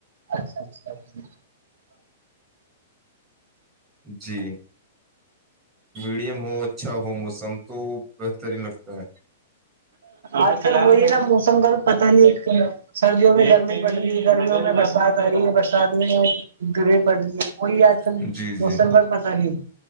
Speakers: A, on the right; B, on the right.
A: اچھا اچھا جی
B: جی میڈیم ہو اچھا ہو موسم تو بہترین لگتا ہے
A: آج کل وہلیے نا موسم کا پتا نہیں ہے سردیوں میں گرمی پڑ رہی ہے گرمیوں میں برسات آ رہی ہے برسات میں گربے پڑ رہی ہیں وہی آج کل
B: ہے جی
A: موسم
B: جی
A: ب پتہ نہیں